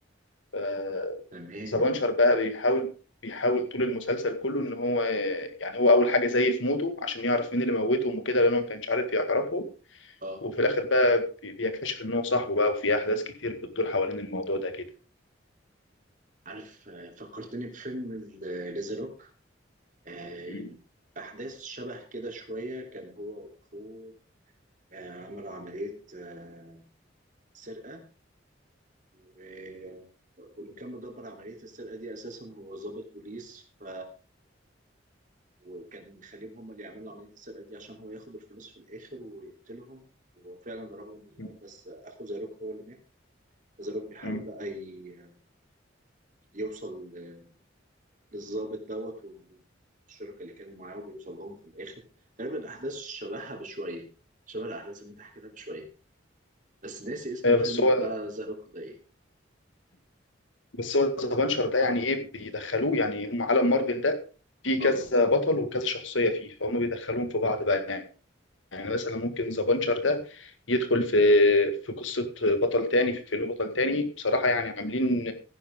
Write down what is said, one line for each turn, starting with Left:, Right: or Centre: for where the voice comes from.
Left: ف-
Right: تمام
Left: زبانشر بقى بيحاول بيحاول طول المسلسل كله ان هو يعني هو اول حاجه زيف موته عشان يعرف مين اللي موتهم وكده لانه ما كانش عارف يعرفهم
Right: اه
Left: وفي الاخر بقى بي- بيكتشف ان هو صاحبه بقى وفي احداث كتير بتدور حوالين الموضوع ده كده
Right: عارف آه، فكرتني بفيلم ال- ليزاروك آه،
Left: م-
Right: احداث شبه كده شويه كان هو واخوه آه، عملوا عمليه آه، سرقه و- واللي كان مدبر عملية السرقة دي أساسا هو ضابط بوليس ف وكان خليهم هم اللي يعملوا عملية السرقة دي عشان هو ياخد الفلوس في الآخر ويقتلهم وفعلا ضربهم بالنار
Left: م-
Right: بس أخو زاروك هو اللي مات زاروك بيحاول
Left: م.
Right: بقى ي- يوصل ل- للضابط دوت والشركة اللي كانوا معاه وبيوصل لهم في الآخر تقريبا أحداث شبهها بشوية شبه الأحداث اللي أنت حكيتها بشوية بس ناسي اسم
Left: ايوه
Right: الفيلم
Left: بس هو
Right: بتاع زاروك ده إيه؟
Left: بس هو زبانشر ده يعني ايه بيدخلوه يعني هم عالم مارفل ده فيه
Right: أه
Left: كذا بطل وكذا شخصيه فيه فهم بيدخلوهم في بعض بقى يعني. يعني مثلا ممكن ذا بانشر ده يدخل في في قصة بطل تاني في فيلم بطل تاني بصراحة يعني عاملين